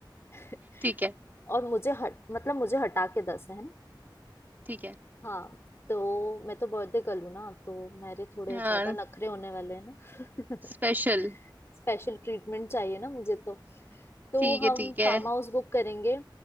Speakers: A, on the left (about 30°); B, on the right (about 25°).
A: <laughs>
B: ठीक है
A: और मुझे हट मतलब मुझे हटा के दस है ना
B: ठीक है
A: हाँ तो मैं तो बर्थडे गर्ल हूँ ना तो मेरे थोड़े
B: हाँ
A: ज्यादा नखरे होने वाले हैं ना <laughs>
B: स्पेशल
A: स्पेशल ट्रीटमेंट चाहिए ना मुझे तो तो
B: ठीक
A: हम
B: है ठीक है
A: फार्म हाउस बुक करेंगे